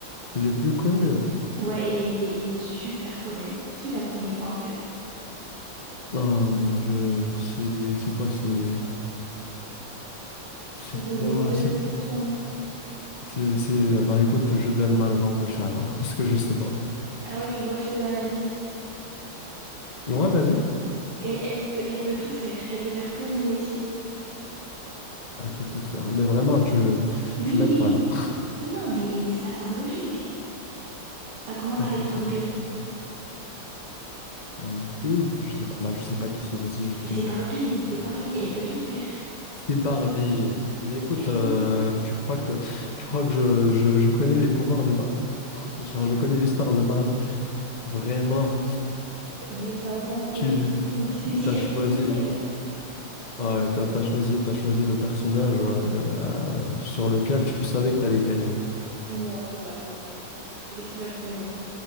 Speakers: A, on the left; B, on the right.
A: c'est les plus connus.
B: Ouais, et il est, il est super connu. Qui la connaît pas en fait?
A: Ah mon Dieu, c'est c'est quoi? C'est C'est
B: Vous posez
A: pas.
B: des bonnes
A: C'est.
B: questions.
A: c'est- c'est- Bah écoute, je donne ma langue au chat là, <laughs> parce que je sais pas.
B: Ah ouais, tu vois que je te donne un indice.
A: Ouais, vas-y.
B: Et elle peut, elle peut tout faire. Elle peut faire plein de métiers.
A: Elle peut tout faire. Mais vraiment, tu,
B: Oui,
A: tu m'aides
B: oui.
A: pas là. <laughs>
B: Non, mais ça semble logique. Ça commence
A: Elle
B: avec
A: peut tout.
B: un B.
A: faire.
B: Et
A: Un B, je sais pas. Bah je sais pas qui c'est. Vas-y, juste
B: c'est
A: dis-moi.
B: Barbie, c'est Barbie, elle peut tout faire.
A: C'est Barbie. Mais écoute,
B: Eh
A: euh,
B: oui,
A: tu crois que tu crois que je, je, je connais les pouvoirs de Barbie? <laughs> Genre, je connais l'histoire de Barbie. Vraiment.
B: mais ça va,
A: Tu
B: ça va
A: tu-
B: taper. Je t'ai dit,
A: t'as
B: elle
A: choisi.
B: peut tout faire.
A: Ouais, t'as, t'as choisi, t'as choisi le personnage euh, euh, sur lequel tu savais que t'allais gagner.
B: Non, ça va taper. Elle est super connue.